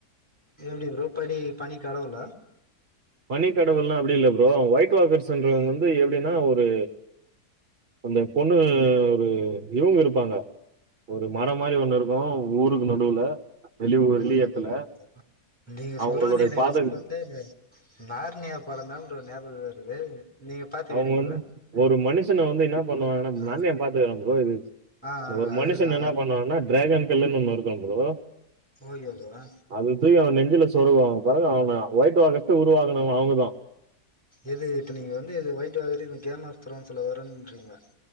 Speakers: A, in the centre; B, on the right.
A: எப்டி ப்ரோ பனி பனி கடவுளா
B: பனிக்கடவுள்லா அப்டி இல்ல ப்ரோ ஒயிட் வாக்கர்ஸ்ன்றவங்க
A: ஆ
B: வந்து எப்டின்னா ஒரு அந்த பொண்ணு ஒரு இவுங்க இருப்பாங்க ஒரு மரம் மாரி ஒண்ணு இருக்கும் ஊருக்கு நடுவுல வெளி ஊர் வெளி
A: ஓகே
B: எடத்துல
A: ஓகே ப்ரோ நீங்க
B: அவங்களுடைய
A: சொல்றது எனக்கு
B: பாத
A: வெச்சு பாத்த இது நார்ணியா படம் தா ப்ரோ ஞாபக வருது நீங்க பாத்துக்கிறீங்களா
B: அவங்க வந்து ஒரு மனுஷன வந்து என்ன பண்ணுவாங்கன்னா
A: ஆ
B: நார்னியா பாத்துக்குற ப்ரோ இது
A: ஆ ஆ
B: ஒரு மனுஷன்ன
A: அதுதா
B: இன்னா பண்வாங்கன டிராகன் கல்லுன் ஒண்ணு இருக்கும் ப்ரோ
A: ஓகே ப்ரோ
B: அத தூக்கி அவ நெஞ்சுல சொருகுவாங்க படமே அவ்ள் தா ஒயிட் வாக்கர்ஸ்ஸ உருவாக்குனவங் அவங்கதா
A: எது இப்போ நீங்க வந்து அது ஒயிட் வாக்கரு இந்த கேம் ஆப்தலாம் சொல்ல வரோன்றீங்க